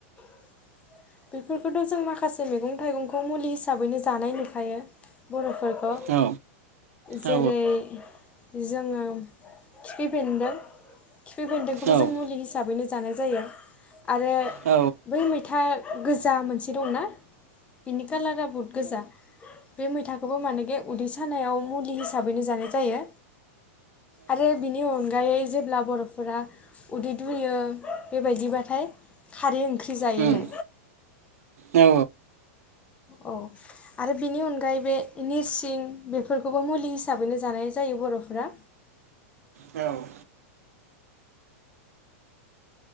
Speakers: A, on the left; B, on the right.
A: <inaudible> बेफोरखौथ' जों माखासे मैगं थाइगंखौ मुलि हिसाबैनो जानाय नुखायो बर' फोरखौ
B: औ
A: जेरै
B: औ
A: जोङो खिफि बेन्दों खिफि बेन्दोंखौबो
B: औ
A: जों
B: औ
A: मुलि हिसाबैनो जानाय जायो आरो
B: औ
A: बै मैथा गोजा मोनसे दंना बिनि खलारा बे मैथाखौबो माने उदै सानायाव मुलि हिसाबैनो जानाय जायो आरो बिनि अनगायै जेब्ला बर'फोरा उदै दुयो बेबायदिबथाय खारै ओं ओंख्रि जायोनो
B: उम औ
A: औ आरो बेनि अनगायै बे नोरसिं बेफोरखौबो मुलि हिसाबैनो जानाय जायो बर'फ्रा'
B: औ